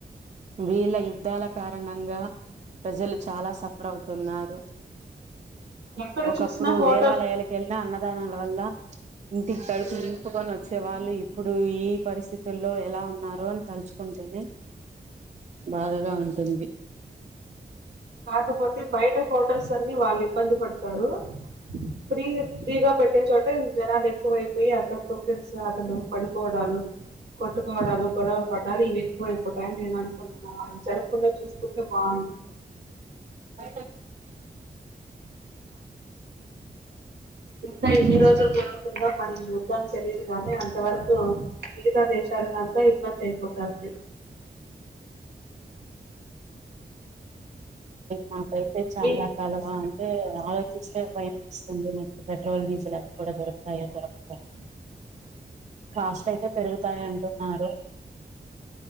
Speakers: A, on the right; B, on the right.
A: వీళ్ళ యుద్ధాల కారణంగా ప్రజలు చాలా అవుతున్నారు
B: ఎక్కడ
A: ఒకప్పుడు
B: చూసినా హోటల్
A: దేవాలయాలకి వెళ్ళినా అన్నదానం వల్ ఇంటికి కడుపు నింపుకని వచ్చే వాళ్ళు ఇప్పుడు ఈ పరిస్థితు లో ఎలా ఉన్నారు అని తలుచుకుంటేనే బాధగా ఉంటుంది
B: కాకపోతే బయట హోటల్స్ అన్ని వాళ్ళు ఇబ్బంది పడతారు ఫ్రీ ఫ్రీగా పెట్టే చోట జనాలు ఎక్కువైపోయి అక్కడతో కడిసి ఆటలు పడికోవడాలు కొట్టుకోబవడాలు గొడవలు పడడా ఇవి ఎక్కువ అయిపోతాయిని నేను అనుకుంటున్నానుు జరుగకుండా చూసుకుంటే బాగు అ
A: బై
B: ఇంకా ఎన్ని రోజులు ఉంటుందో మనకి యుద్ధం తెలియదుగానే అంతవరకు మిగతా దేశాలకుంతా ఇబ్బంది అయిపోతారు <inaudible>
A: నాకైతే చాలా
B: మీ
A: కాలవ అంటే ఆలోచిస్తే భయం వస్తుంది నక్ పెట్రోల్ డీజిల్ అవి కూడా <inaudible>
B: <inaudible>
A: కాస్ట్ అయితే పెరుగుతాయి అంటున్నారు